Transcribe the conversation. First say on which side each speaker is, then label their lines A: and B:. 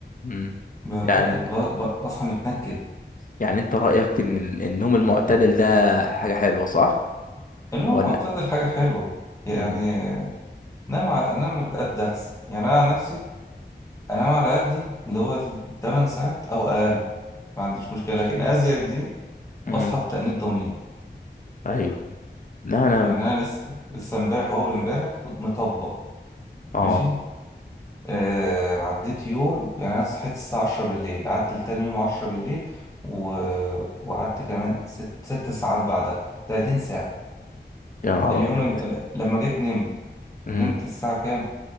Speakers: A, on the left (about 45°); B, on the left (about 15°).
A: امم
B: ببقى
A: يعني
B: م- ب- ب- بصحى متنكد
A: يعني انت رايك ان ال- النوم المعتدل ده حاجه حلوه صح
B: انما
A: ولا
B: المعتدل حاجه حلوه يعني
A: امم
B: نام ع- نام على قد احسن يعني انا عن نفسي انام على قدي اللي هو 8 ساعات او اقل ما عنديش مشكله لكن ازيد دي
A: امم
B: بصحى بتأنيب ضمير
A: ايوه لا انا
B: يعني انا لسه لسه امبارح واول امبارح كنت مطبق
A: اه
B: ماشي آه عديت يوم يعني أنا صحيت الساعة عشرة بالليل قعدت لتاني يوم عشرة بالليل و... وقعدت كمان ست, ست ساعات بعدها تلاتين ساعة
A: يا نهار
B: اليوم
A: ابيض
B: ال... ال- لما جيت نمت
A: امم
B: نمت الساعة كام؟